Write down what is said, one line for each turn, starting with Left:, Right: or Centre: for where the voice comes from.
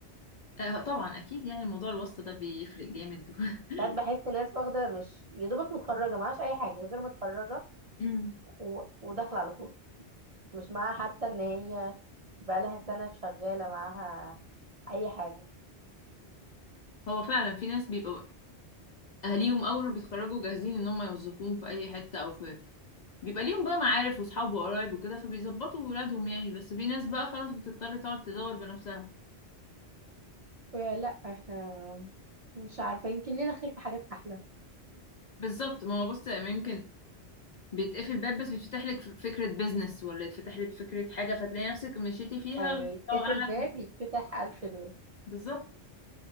Left: آه آه، طبعا اكيد يعني موضوع الواسطه ده بيفرق جامد <laughs>
Right: ساعات بحس ناس واخده مش يا دوبك متخرجه معهاش اي حاجه غير متخرجه
Left: أمم.
Right: و... وداخله على طول مش معاها حتى ان هي بقالها سنه شغاله معاها اي حاجه
Left: هو فعلا في ناس بيبقى اهاليهم اول ما بيتخرجوا جاهزين ان هم يوظفوهم في اي حته او في بيبقى ليهم بقى معارف واصحاب وقرايب وكده فبيظبطوا ولادهم يعني بس في ناس بقى خلاص بتضطر تقعد تدور بنفسها
Right: لا احنا مش عارفه يمكن لينا خير في حاجات احلى
Left: بالظبط ما هو بص يا إيمان، يمكن بيتقفل باب بس بيتفتح لك ف- فكرة بيزنس ولا يتفتح لك فكرة حاجة فتلاقي نفسك مشيتي فيها
Right: ايوه
Left: الله
Right: يتقفل
Left: أعلم
Right: باب يتفتح الف باب
Left: بالظبط